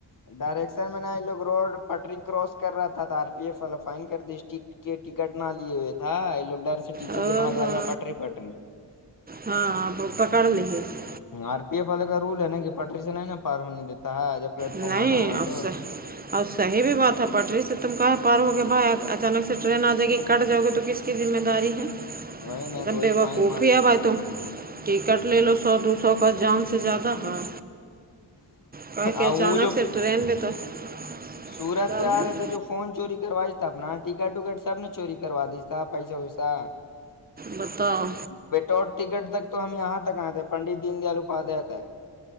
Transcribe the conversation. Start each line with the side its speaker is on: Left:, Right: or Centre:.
Left: ڈائریکشن میں ن یہ لوگ روڈ پٹری کراس کر رہا تھا آر پی ایف والا فائن کر دی ٹ کہ ٹکٹ نہ لیے ہوئے تھا یہ لوگ ڈر سے ٹی
Right: او
Left: کے بھگ
Right: ہو
Left: رہا تھا پٹری پٹری
Right: ہاں آپ پکڑ لیے <unintelligible> <unintelligible>
Left: آر پی ایف والے کا رول ہے نا کہ پٹری سے ن ہے نا پار ہونے دیتا ہے جب پلیٹ فارم
Right: نہیں
Left: بنا ہوا
Right: اس
Left: تو
Right: سے <unintelligible> <unintelligible> اور صحیح بھی بات ہے پٹری سے تم کہہ پا رہ ہو کہ بھائی اچانک سے ٹرین آ جائے گی کٹ جاؤ گی تو کس کی ذمہ داری ہے
Left: وہی نہیں
Right: ر
Left: تو وہی
Right: بی
Left: فائن
Right: وقوف
Left: مارش
Right: ہی ابھائی
Left: تھا
Right: تم ٹکٹ لے لو سو دو سو کا جام سے زیادہ ہاں کہا کہ
Left: آ
Right: اچانک
Left: جو <unintelligible>
Right: سے
Left: <unintelligible>
Right: ٹرین میں تو <unintelligible> <unintelligible>
Left: سورت
Right: سب
Left: سے آ
Right: ہے
Left: رہے تھے جو فون چوری کروا تھا اپنا ٹکٹ وکٹ سب نے چوری کروا دی سا پیسہ ہوسا
Right: بتاؤ
Left: بیٹ ٹکٹ تک تو ہم یہاں تک آئےتے ہیں پنڈت د دیین دیال اپادیاتا ہے